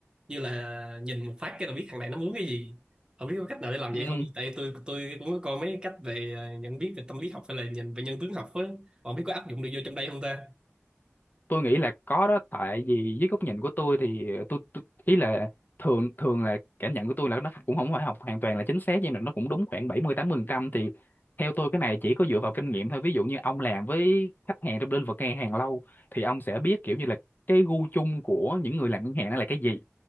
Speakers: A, on the right (about 20°); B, on the left (about 40°).
A: như là nhìn một phát cái là biết thằng này nó muốn cái gì không biết có cách nào để làm
B: Ừ,
A: vậy không tại tôi tôi cũng có coi mấy cách về ờ, nhận biết về tâm lý học hay là nhìn về nhân tướng học á còn biết có áp dụng được vô trong đây không ta
B: tôi nghĩ là có đó tại vì dưới góc nhìn của tôi thì tôi, tôi ý là thường thường là cảm nhận của tôi là nó cũng không phải học hoàn toàn là chính xác nhưng mà nó cũng đúng khoảng bảy mươi tám mươi phần trăm thì theo tôi cái này chỉ có dựa vào kinh nghiệm thôi ví dụ như ông làm với khách hàng trong lĩnh vực ngân hàng lâu thì ông sẽ biết kiểu như là cái gu chung của những người làm ngân hàng nó là cái gì